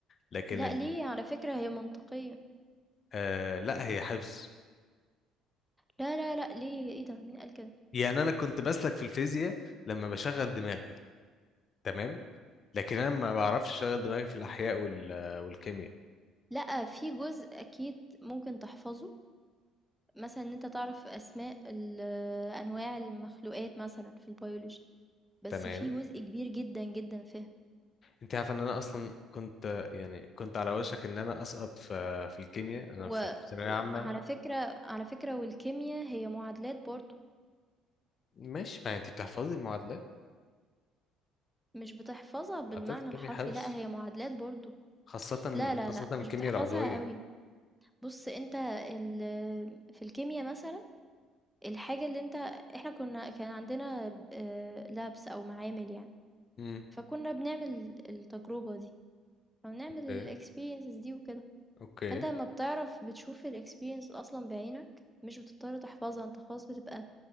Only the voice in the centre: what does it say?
لا
ليه على فكرة هي منطقية
لا لا لا ليه ايه ده مين قال كده
لا في جزء أكيد ممكن تحفظه مثلا ان انت تعرف اسماء ال- انواع المخلوقات مثلا في البيولوجي بس
في جزء كبير جدًا، جدًا فِهم.
و
وعلى فكرة على فكرة والكيميا هي معادلات برضه،
مش بتحفظها بالمعنى
الحرفي،
لأ هي معادلات برضه.
لا، لا،
لأ،
مش بتحفظها
أوي. بُص أنت ال في الكيميا مثلًا، الحاجة اللي أنت إحنا كنا كان عندنا آآ labs أو معامل يعني،
فكنا بنعمل التجربة دي، فبنعمل
الexperiences دي وكده.
فأنت لمّا بتعرف بتشوف الexperience أصلًا بعينك، مش بتضطر تحفظها، أنت خلاص بتبقى